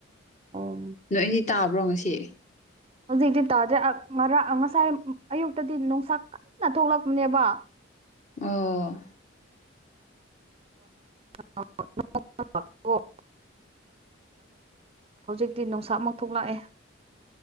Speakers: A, on the right; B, on the left.
A: ꯑꯣ
B: ꯅꯣꯏꯗꯤ ꯇꯥꯕ꯭ꯔꯣ ꯉꯁꯤ꯫
A: ꯍꯧꯖꯤꯛꯇꯤ ꯇꯥꯗ꯭ꯔꯦ ꯃꯔ ꯉꯁꯥꯏ ꯑꯌꯨꯛꯇꯗꯤ ꯅꯨꯡꯁꯥꯛ ꯀꯟꯅ ꯊꯣꯛꯂꯛꯄꯅꯦꯕ꯫
B: ꯑꯣ꯫
A: <inaudible> ꯍꯧꯖꯤꯛꯇꯤ ꯅꯨꯡꯁꯥꯞ ꯑꯃꯥꯎ ꯊꯣꯛꯂꯛꯑꯦ꯫